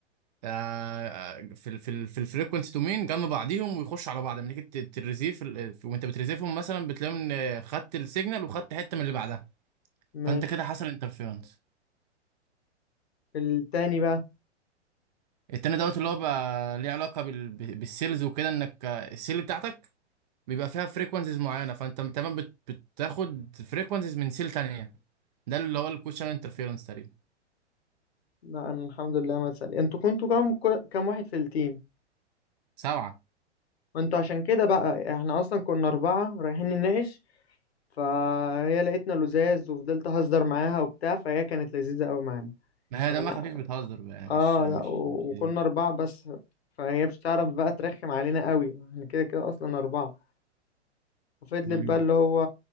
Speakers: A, on the right; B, on the left.
A: آه، في ال في ال في الفريكونسي دومين جنب بعضيهم ويخشوا على بعض لما تيجي ت- تريزيف ال- وانت بتريزيفهم مثلا بتلاقي ان خدت السيجنال وخدت حته من اللي بعدها
B: ماشي
A: فانت كده حصل انترفيرنس
B: التاني بقى
A: التاني دوت اللي هو بقى ليه علاقه بال ب- بالسيلز وكده انك آه، السيل بتاعتك بيبقى فيها فريكونسيز معينه فانت تمام بت- بتاخد فريكونسيز من سيل تانيه ده اللي هو الكوشن انترفيرنس تقريبا
B: لا انا الحمد لله ما اتسأل انتوا كنتوا كام كام واحد في التيم
A: سبعه
B: ما انتوا عشان كده بقى احنا اصلا كنا اربعة رايحين نناقش فهي لقيتنا لزاز وفضلت اهزر معاها وبتاع فهي كانت لذيذة قوي معانا
A: ما هي
B: يعني
A: دمها خفيف بتهزر بقى يعني
B: اه
A: مش مش
B: لا و-
A: مش
B: وكنا
A: ايه
B: اربعة بس فهي مش تعرف بقى ترخم علينا قوي احنا كده كده اصلا اربعة ففضلت
A: مم.
B: بقى اللي هو